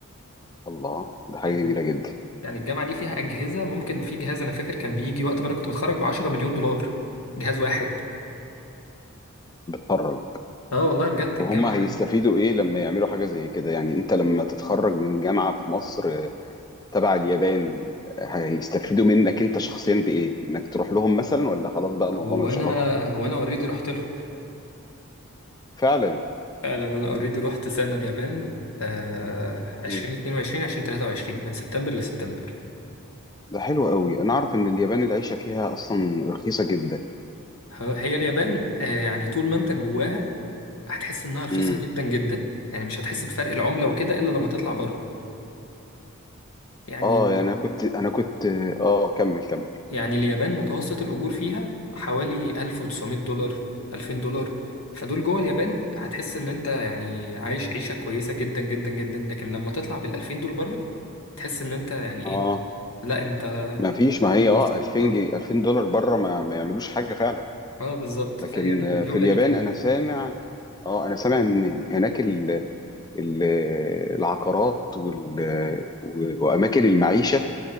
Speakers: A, on the left; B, on the left.
A: الله ده حاجة
B: يعني
A: جميلة جدا
B: يعني الجامعه دي فيها اجهزه ممكن في جهاز انا فاكر كان بيجي وقت ما انا كنت بتخرج ب 10 مليون دولار جهاز واحد
A: بتخرج
B: اه والله بجد
A: وهم
B: الجامعه
A: هيستفيدوا إيه لما يعملوا حاجة زي كده يعني أنت لما تتخرج من جامعة في مصر تبع اليابان هيستفيدوا منك أنت شخصيا بإيه إنك تروح لهم مثلا ولا خلاص بقى الموضوع
B: هو
A: ملوش
B: انا
A: علاقة
B: هو انا اوريدي رحت لهم
A: فعلا
B: فعلا انا اوريدي رحت سنه اليابان آه 2022
A: امم
B: 2023 من سبتمبر لسبتمبر
A: ده حلو قوي أنا أعرف إن اليابان العيشة فيها أصلا رخيصة جدا
B: هو- هي اليابان آه، يعني طول ما انت جواها هتحس انها رخيصه
A: امم
B: جدا جدا يعني مش هتحس بفرق العمله وكده الا لما تطلع بره يعني
A: اه يعني أنا كنت أنا كنت اه كمل كمل
B: يعني اليابان متوسط الاجور فيها حوالي 1900 دولار 2000 دولار فدول جوه اليابان هتحس ان انت يعني عايش عيشه كويسه جدا جدا جدا لكن لما تطلع بال 2000 دول بره تحس ان انت يعني
A: اه
B: ايه لا انت
A: ما فيش ما
B: متوسط
A: هي اه 2000
B: اه
A: جنيه 2000 دولار بره ما, ما يعملوش حاجه فعلا
B: اه بالظبط
A: لكن
B: فهي الجوله
A: آه، في اليابان
B: دي كده
A: انا سامع اه انا سامع ان هناك ال ال العقارات وال و- واماكن المعيشه